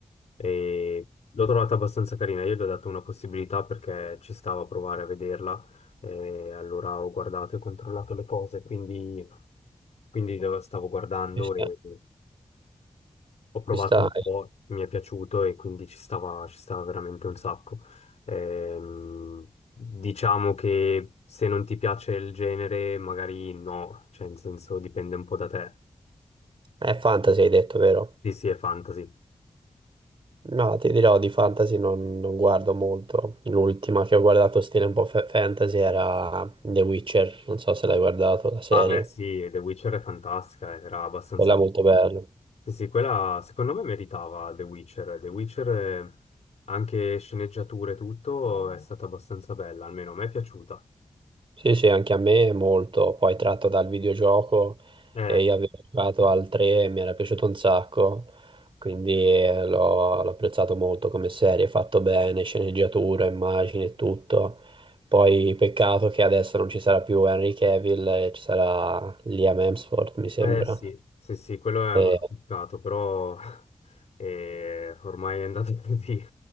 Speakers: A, on the left; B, on the right.
A: E l'ho trovata abbastanza carina, io gli ho dato una possibilità perché ci stava a provare a vederla. E allora ho guardato e controllato le cose, quindi, quindi lo stavo guardando
B: Ci sta.
A: e ho provato
B: Ci sta,
A: un po', mi è piaciuto e quindi ci stava, ci stava veramente un sacco. Ehm, diciamo che se non ti piace il genere, magari no, cioè in senso dipende un po' da te.
B: è fantasy hai detto, vero?
A: Sì, sì, è fantasy.
B: No, ti dirò di fantasy non, non guardo molto. L'ultima che ho guardato stile un po' fa- fantasy era The Witcher, non so se l'hai guardato la serie.
A: Ah beh, sì, The Witcher è fantastica, era abbastanza...
B: Quella è molto bella.
A: Sì, sì, quella secondo me meritava The Witcher. The Witcher, eh, anche sceneggiature e tutto, è stata abbastanza bella, almeno a me è piaciuta.
B: Sì, sì, anche a me è molto, poi tratto dal videogioco
A: Eh.
B: e io avevo giocato al 3 e mi era piaciuto un sacco, quindi eh, l'ho l'ho apprezzato molto come serie, fatto bene, sceneggiatura, immagini e tutto. Poi peccato che adesso non ci sarà più Henry Cavill, eh, ci sarà Liam Hemsworth, mi sembra.
A: Eh sì, sì, sì, quello è
B: Eh,
A: un bel peccato, però <laughs> eh, ormai è andato <laughs> così